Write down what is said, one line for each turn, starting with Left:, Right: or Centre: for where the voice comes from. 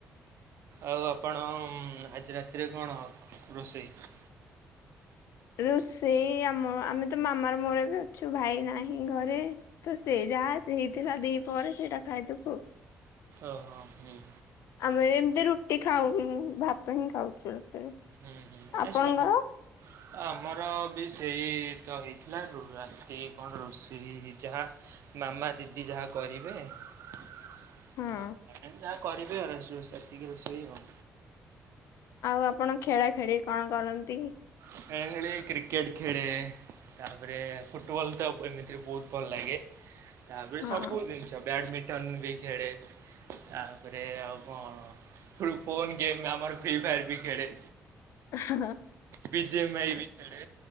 Right: ଆଉ ଆପଣ ଉଁ ଆଜି ରାତିରେ କଣ ହ ରୋଷେଇ?
Left: ରୋଷେଇ ଆମ ଆମେ ତ ମାମାର ମୋର ଏବେ ଅଛୁ ଭାଇ ନାହିଁ ଘରେ। ତ ସେ ଯାହା ହେଇଥିଲା ଦି ପହରେ ସେଇଟା ଖାଇଦବୁ ଆଉ।
Right: ଓହୋ ହୁଁଁ।
Left: ଆମେ ଏମତି ରୁଟି ଖାଉନୁ ଭାତ ହିଁ ଖାଉଛୁ ରାତି ରେ
Right: ହୁଁ ହୁଁ ହୁଁ
Left: ଆପଣଙ୍କର?
Right: ଏ ସେଟା ଭଲ ଆମର ବି ସେଇ ତ ହେଇଥିଲା ର ରାତି କି କଣ ଗୋଟେ ରୋଷେଇ ହେଇଛି ଯାହା। ମାମା ଦିଦି ଯାହା କରିବେ। ହ
Left: ହଁ
Right: ଯାହା କରିବେ ଆଉ ରୋଷେଇ ଫୋଷେଇ ଏତିକି ରୋଷେଇ ଆଉ।
Left: ଆଉ ଆପଣ ଖେଳା ଖେଳି କଣ କରନ୍ତି?
Right: ଖେଳା ଖେଳି କ୍ରିକେଟ ଖେଳେ। ତାପରେ ଫୁଟବଲ୍ ତ ଏମିତିରେ ବହୁତ ଭଲ ଲାଗେ। ତାପରେ
Left: ହଁ
Right: ସବୁ ଜିନିଷ ବ୍ୟାଡମିଣ୍ଟନ ବି ଖେଳେ। ତାପରେ ଆଉ କଣ ଫ୍ରୋ ଫୋନ୍ ଗେମ୍ ଆମର ଫ୍ରୀ ଫାୟାର ବି ଖେଳେ।
Left: ହଁ।
Right: ବିିଜେ ଏମ୍ ଆଇ ବି ଖେଳେ